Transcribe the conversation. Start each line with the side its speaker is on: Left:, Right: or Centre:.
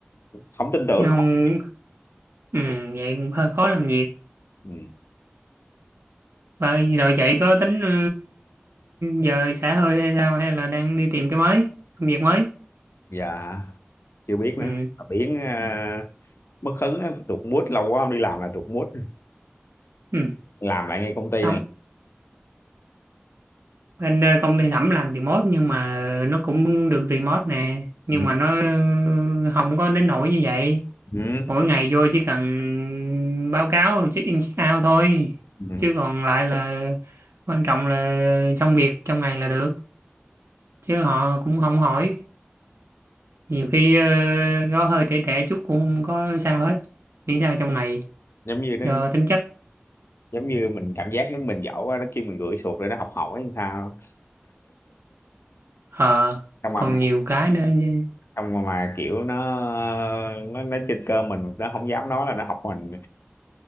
Left: không
Right: <laughs>
Left: tin tưởng
Right: chứ không
Left: không
Right: ừ, vậy cũng hơi khó làm việc
Left: ừ.
Right: Vậy rồi vậy có tính ừ, giờ xả hơi hay sao hay là đang đi tìm cái mới, công việc mới?
Left: dạ chưa biết nữa
Right: Ừ.
Left: mà biển à, mất hứng á, tụt mood lâu quá không đi làm là tụt mood
Right: Ừ.
Left: làm lại ngay công ty
Right: Không,
Left: này
Right: bên ờ, công ty Thẩm làm remote nhưng mà nó cũng được remote nè, nhưng
Left: ừ.
Right: mà nó ừ, không có đến nỗi như vậy.
Left: Ừ.
Right: Mỗi ngày vô chỉ cần báo cáo check in check out thôi,
Left: Ừ.
Right: chứ còn lại là quan trọng là xong việc trong ngày là được, chứ họ cũng không hỏi. nhiều khi ờ, nó hơi trễ trễ chút cũng không có sao hết miễn sao trong ngày
Left: giống như nó
Right: do tính chất
Left: giống như mình cảm giác giống mình giỏi quá nó kêu mình gửi sụt rồi nó học hỏi hay sao
Right: ờ
Left: xong mà
Right: còn nhiều cái nữa như-
Left: xong mà, mà kiểu nó nó nó trên cơ mình nó không dám nói là nó học mình